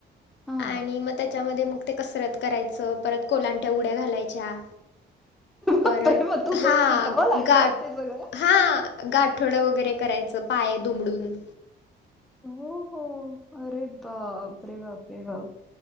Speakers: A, in the centre; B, on the left.
A: हां.
B: आणि मग त्याच्यामध्ये मग ते कसरत करायचं परत कोलांट्या उड्या घालायच्या. परत
A: बापरे! मग तुला
B: हा
A: शिकावं लागलं
B: गाठ
A: ते सगळं?
B: हा गाठोडं वगैरे करायचं पाय दुमडून
A: हो हो अरे बापरे बापरे बाप